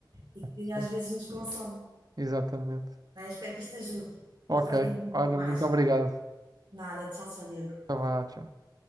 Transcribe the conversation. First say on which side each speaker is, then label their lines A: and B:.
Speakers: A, on the right (about 70°); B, on the right (about 55°).
A: E que
B: sim,
A: às vezes nos consome.
B: exatamente.
A: Bem, espero que isto ajude para
B: Ok,
A: refletirmos um
B: olha,
A: bocadinho mais.
B: muito obrigado.
A: Nada, tchau, tchau, Diogo.
B: Tá vá, tchau.